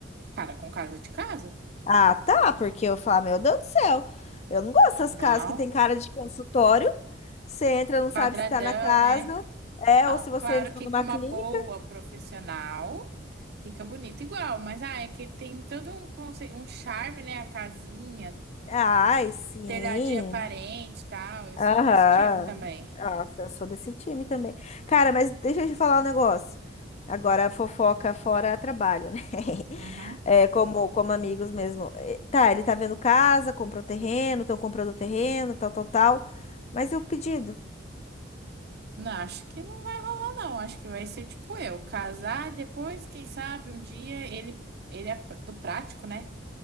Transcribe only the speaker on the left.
Ah, tá, porque eu falo, meu Deus do céu, eu não gosto dessas
casas que tem cara de consultório. Você entra, não sabe
se tá na casa,
é,
ou se você
entrou
numa
clínica.
Ai,
sim.
Aham.
Nossa, eu sou desse time também. Cara, mas deixa eu te falar um negócio. Agora, fofoca fora é trabalho, né? <laughs>
É, como, como amigos mesmo. É, Tá, ele tá vendo casa, comprou terreno, estão comprando terreno, tal, tal, tal. Mas e o pedido?